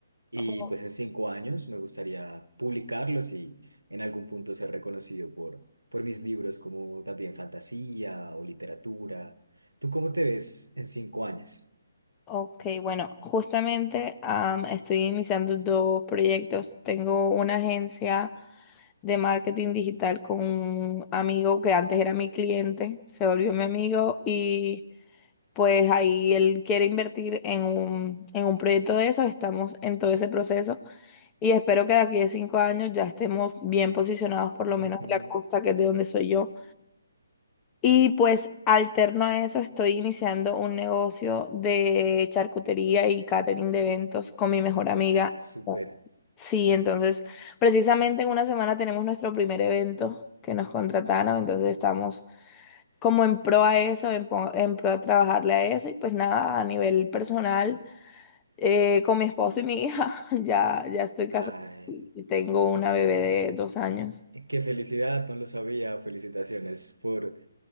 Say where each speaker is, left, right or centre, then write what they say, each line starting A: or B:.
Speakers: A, on the right; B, on the left.
A: Y
B: O-
A: pues en cinco años me gustaría publicarlos y en algún punto ser reconocido por, por mis libros como también fantasía o literatura. ¿Tú cómo te ves en cinco años?
B: Ok, bueno, justamente am, estoy iniciando dos proyectos. Tengo una agencia de marketing digital con un amigo que antes era mi cliente, se volvió mi amigo y pues ahí él quiere invertir en un, en un proyecto de esos, estamos en todo ese proceso. Y espero que de aquí a cinco años ya estemos bien posicionados, por lo menos
A: Ujú.
B: en la costa, que es de donde soy yo. Y pues alterno a eso, estoy iniciando un negocio de charcutería y catering de eventos con mi mejor amiga.
A: Ah, súper.
B: Sí, entonces, precisamente en una semana tenemos nuestro primer evento que nos contrataron, entonces estamos como en pro a eso, en, po- en pro a trabajarle a eso. Y pues nada, a nivel personal eh, con mi esposo y mi hija. <laughs> Ya, ya estoy casada
A: Ay,
B: y tengo una bebé de dos años.
A: qué felicidad, no lo sabía. Felicitaciones por